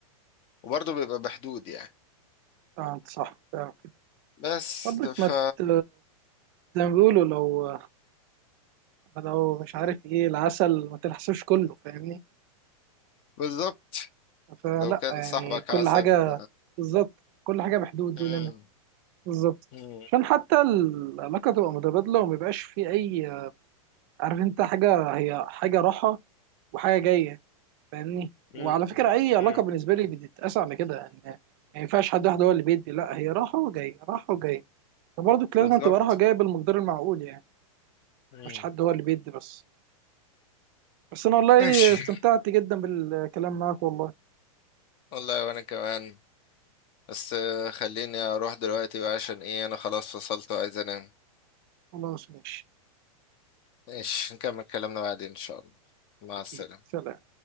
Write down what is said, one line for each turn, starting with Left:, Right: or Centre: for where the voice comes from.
Left: وبرضه بيبقى بحدود يعني
Right: آه، انت صح فعلا.
Left: بس
Right: برضك
Left: ف
Right: ما ت- زي ما بيقولوا لو لو مش عارف ايه العسل ما تلحسوش كله فاهمني
Left: بالظبط
Right: فلا
Left: لو كان
Right: يعني
Left: صاحبك
Right: كل
Left: عسل
Right: حاجة بالظبط كل حاجة بحدود
Left: مم.
Right: وليميت بالظبط
Left: مم.
Right: عشان حتى العلاقة تبقى متبادلة وما يبقاش في أي عارف أنت حاجة هي حاجة راحة وحاجة جاية فاهمني وعلى
Left: مم.
Right: فكرة أي علاقة
Left: مم.
Right: بالنسبة لي بتتقاس على كده يعني ما ينفعش حد واحد هو اللي بيدي لا هي راحة وجاية راحة وجاية فبرضه
Left: بالظبط
Right: لازم تبقى راحة جاية بالمقدار المعقول يعني
Left: مم.
Right: مش حد هو اللي بيدي بس بس أنا والله
Left: ماشي
Right: استمتعت جدا بالكلام معاك والله
Left: والله وانا كمان بس آه، خليني اروح دلوقتي بقى عشان ايه انا خلاص فصلت وعايز انام
Right: خلاص ماشي
Left: ماشي نكمل كلامنا بعدين ان شاء الله مع
Right: أكيد
Left: السلامة
Right: سلام